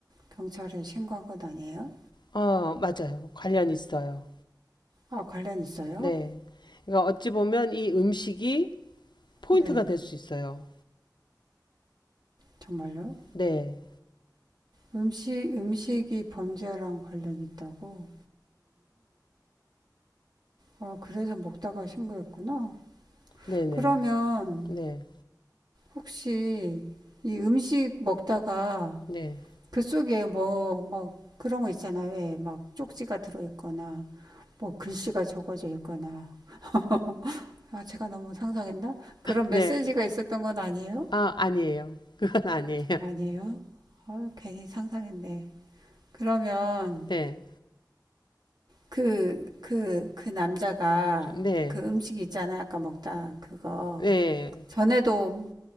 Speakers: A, on the right; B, on the left.
A: 경찰에 신고한 건 아니에요?
B: 어 맞아요. 관련 있어요.
A: 아, 관련 있어요?
B: 네. 그러니까 어찌 보면 이 음식이 포인트가
A: 네,
B: 될 수 있어요.
A: 정말요?
B: 네.
A: 음식, 음식이 범죄랑 관련이 있다고? 아, 그래서 먹다가 신고했구나.
B: 네네.
A: 그러면
B: 네.
A: 혹시 이 음식 먹다가
B: 네.
A: 그 속에 뭐, 막 그런 거 있잖아. 왜 막 쪽지가 들어있거나 뭐 글씨가 적어져 있거나 <laughs> 아 제가 너무 상상했나? 그런
B: 네.
A: 메시지가 있었던 건 아니에요?
B: 아, 아니에요. 그건 아니에요.
A: 아니에요. 아, 괜히 상상했네. 그러면
B: 네.
A: 그, 그, 그 남자가
B: 네.
A: 그 음식 있잖아요. 아까 먹다 그거.
B: 네.
A: 전에도